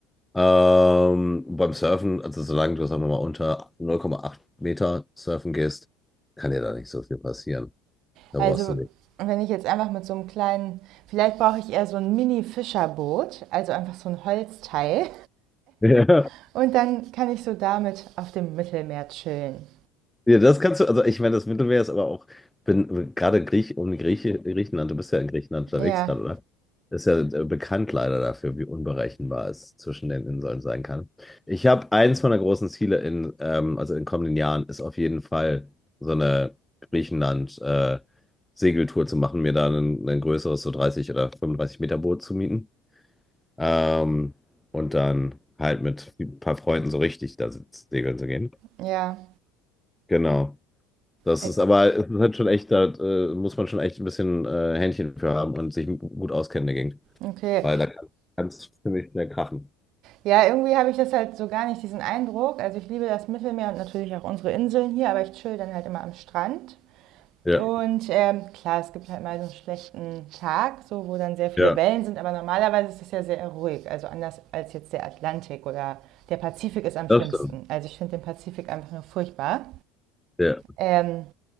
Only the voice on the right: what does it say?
Also
wenn ich jetzt einfach mit so einem kleinen, vielleicht brauche ich eher so ein Mini-Fischerboot, also einfach so ein Holzteil.
<laughs> und dann kann ich so damit auf dem Mittelmeer chillen.
Ja,
ja.
Äh,
Okay.
Ja, irgendwie habe ich das halt so gar nicht, diesen Eindruck. Also ich liebe das Mittelmeer und natürlich auch unsere Inseln hier, aber ich chill dann halt immer am Strand.
Und ähm, klar, es gibt halt mal so einen schlechten Tag, so, wo dann sehr viele
Wellen sind, aber normalerweise ist es ja sehr ruhig. Also anders als jetzt der Atlantik oder der Pazifik ist am
schlimmsten.
Also ich finde den Pazifik einfach nur furchtbar.
Ähm,